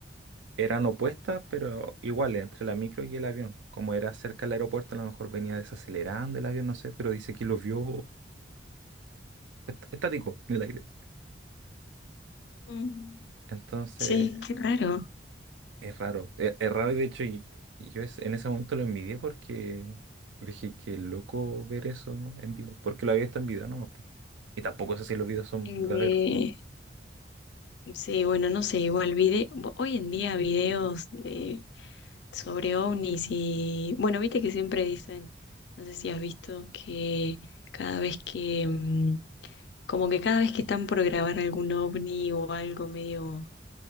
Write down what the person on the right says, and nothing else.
Eran opuestas, pero iguales, entre la micro y el avión. Como era cerca del aeropuerto, a lo mejor venía desacelerando el avión, no sé, pero dice que lo vio est- estático en el aire.
Entonces,
es raro. e- Es, raro y de hecho, y- y yo es- en ese momento lo envidié porque dije que loco ver eso en vivo. Porque lo había visto en video nomás. po. Y tampoco sé si los videos son
verdaderos.